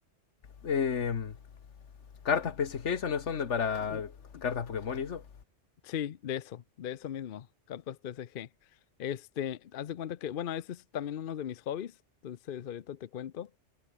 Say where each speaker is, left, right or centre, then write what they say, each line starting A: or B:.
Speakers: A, on the left; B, on the left.
A: Eh, cartas P C G eso no son de para
B: Mm, mm,
A: cartas Pokémon y eso.
B: Sí, de eso, de eso mismo, cartas TCG. Este, haz de cuenta que, bueno, ese es también uno de mis hobbies, entonces ahorita te cuento.